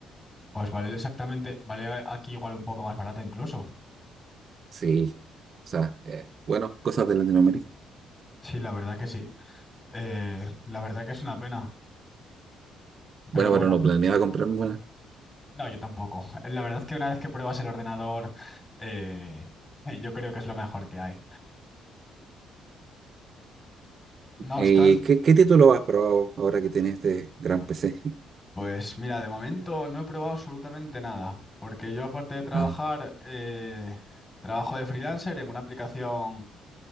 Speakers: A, on the left (about 25°); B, on the right (about 50°).
A: Pues vale exactamente, vale aquí igual un poco más barata incluso.
B: Sí, o sea, eh, bueno, cosas de Latinoamérica.
A: Sí, la verdad que sí. Eh, la verdad que es una pena.
B: Bueno,
A: Pero bueno,
B: pero no planeaba comprarme una.
A: no, yo tampoco. La verdad que una vez que pruebas el ordenador, eh, yo creo que es lo mejor que hay. No
B: Eh,
A: obstante,
B: ¿qué, qué título has probado ahora que tienes este gran PC?
A: pues mira, de momento no he probado absolutamente nada. Porque yo aparte de trabajar,
B: <laughs> Nada,
A: eh, trabajo de freelancer en una aplicación